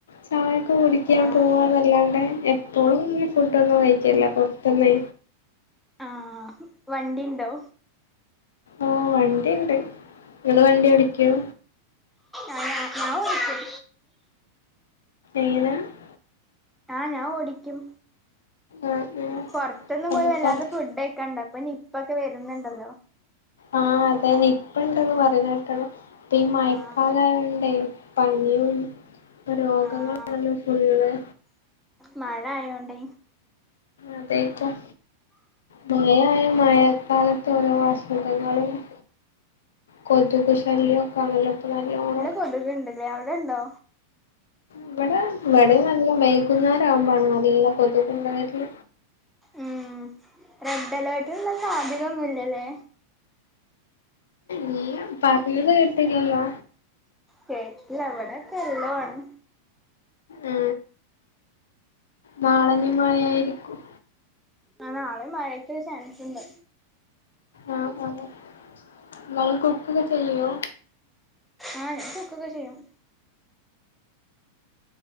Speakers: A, on the left (about 65°); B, in the centre.
A: ചായക്ക് കുടിക്കാൻ
B: ആഹ്
A: പോകുക അല്ലാണ്ടെ എപ്പോഴും ഇങ്ങെ ഫുഡൊന്നും കഴിക്കില്ല പുറത്തുന്നെ
B: ആ വണ്ടി ഉണ്ടോ
A: ഓ വണ്ടിയിണ്ട് നിങ്ങള് വണ്ടി ഓടിക്കുവോ
B: ആ ഞാൻ ഓടിക്കും
A: ഏത് <unintelligible>
B: ഞാൻ ആ ഓടിക്കും
A: ആഹ് ആഹ്
B: പൊറത്തൊന്നും
A: അപ്പൊ
B: പോയി വല്ലാതെ
A: പൊറ
B: ഫുഡ് കഴിക്കണ്ട അപ്പൊ ഇപ്പ നിപ്പ വരുന്നുണ്ടല്ലോ
A: ആഹാ അത് തന്നെ ഇപ്പ ഇണ്ടന്ന് പറയുന്ന കേട്ടാല്ലോ അപ്പൊ ഈ മയക്കാലയോണ്ടേ
B: ആഹ്
A: പനിയും ഇപ്പൊ രോഗങ്ങളും
B: ആഹ്
A: ആണല്ലോ ഫുള്ള്-
B: മഴ ആയോണ്ടേ
A: അതായിക്കാം മഴയായ മഴക്കാലത്ത് ഓരോ അസുഖങ്ങളും- കൊതുക് ശല്യയൊക്കെ ആണല്ലോ ഇപ്പൊ നല്ലപോലെ
B: കൊതുക് ഇണ്ട് അല്ലെ അവിടെ ഉണ്ടോ
A: ഇവിടെ ഇവിടെയും നല്ല വൈകുന്നേരം ആവുമ്പഴാണ് നല്ല കൊതുകും വരുന്നത്
B: ഉം റെഡ് അലേർട്ടുള്ള സാധ്യത ഒന്നും ഇല്ല അല്ലേ
A: നീ പറഞ്ഞത് കെട്ടില്ലല്ലോ
B: കേട്ടില്ല ഇവിടെക്കെ വെള്ളം ആണ്
A: ആ നാളെ ഇഞ്ഞി മഴയായിരിക്കും
B: ആ നാളെ മഴക്ക്‌ ഒരു ചാൻസ് ഒണ്ട്
A: ആഹ് ആഹ് നിങ്ങള് കുക്കൊക്കെ ചെയ്യോ
B: ആഹ് ഞാൻ കുക്ക് ഒക്കെ ചെയ്യും